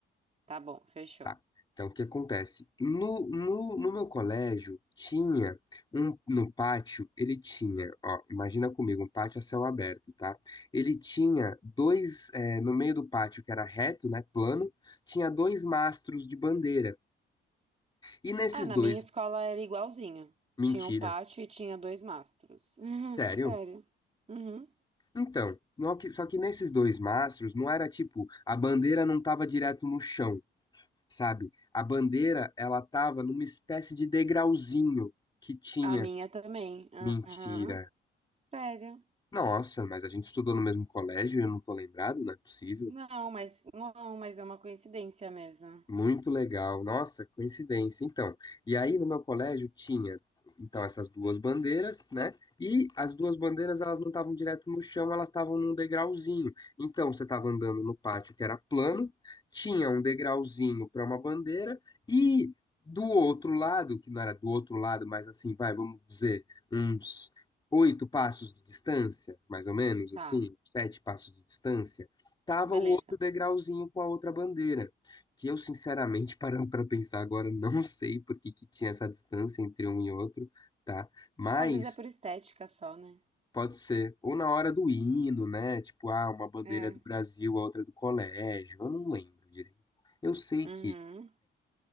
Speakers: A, on the right (about 35°); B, on the left (about 20°).
A: Tá bom, fechou.
B: Tá. Então, o que acontece? No, no, no meu colégio, tinha um, no pátio, ele tinha, ó, imagina comigo, um pátio a céu aberto, tá? Ele tinha dois, é, no meio do pátio, que era reto, né, plano, tinha dois mastros de bandeira. E nesses
A: Ah, na
B: dois,
A: minha escola era igualzinho.
B: mentira,
A: Tinha um pátio e tinha dois mastros. <laughs>
B: sério?
A: Sério. Uhum.
B: Então, no que- só que nesses dois mastros, não era tipo, a bandeira não tava direto no chão, sabe? A bandeira, ela tava numa espécie de degrauzinho que tinha
A: A minha também.
B: Mentira.
A: Aham. Sério.
B: Nossa, mas a gente estudou no mesmo colégio e eu não tô lembrado, não é possível.
A: Não, mas não, mas é uma coincidência mesmo.
B: Muito legal. Nossa, coincidência. Então, e aí no meu colégio tinha, então, essas duas bandeiras, né? E as duas bandeiras, elas não estavam direto no chão, elas estavam num degrauzinho. Então, você estava andando no pátio que era plano, tinha um degrauzinho para uma bandeira e do outro lado, que não era do outro lado, mas assim, vai, vamos dizer, uns oito passos de distância, mais ou menos,
A: Tá,
B: assim, sete passos de distância, tava
A: beleza.
B: o outro degrauzinho com a outra bandeira que eu, sinceramente, parando para pensar agora, não <laughs> sei por que que tinha essa distância entre um e outro, tá? Mas
A: Às vezes é por estética só, né?
B: pode ser ou na hora do hino, né? Tipo, ah, uma bandeira
A: É.
B: é do Brasil, a outra é do colégio, eu não lembro direito. Eu sei
A: Uhum.
B: que